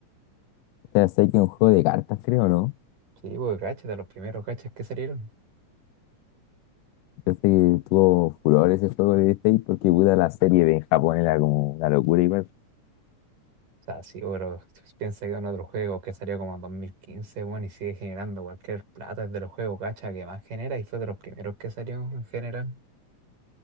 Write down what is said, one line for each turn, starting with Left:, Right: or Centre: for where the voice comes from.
Left: O sea, sé que es un juego de cartas, creo, ¿no?
Right: Sí, porque cacha, de los primeros cachas que salieron.
Left: Yo sé que tuvo furor ese juego de Fate porque puta la serie de en Japón era como una locura igual.
Right: O sea, sí, pero piensa que en otro juego que salió como en 2015, weón, y sigue generando cualquier plata, es de los juegos cacha que más genera y fue de los primeros que salió en general.